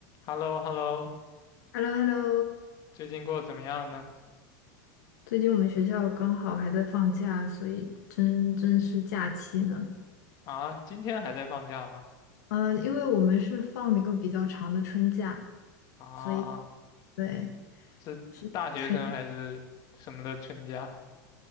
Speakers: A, on the left; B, on the left.
A: h e l l o h e l l o
B: h e l l o h e l l o
A: 最近过得怎么样呢？
B: 最近我们学校刚好还在放假，所以真正是假期呢。
A: 啊，今天还在放假吗？
B: 呃，因为我们是放一个比较长的春假，
A: 啊，
B: 所以对，
A: 是大学生还是什么的春假？
B: 是才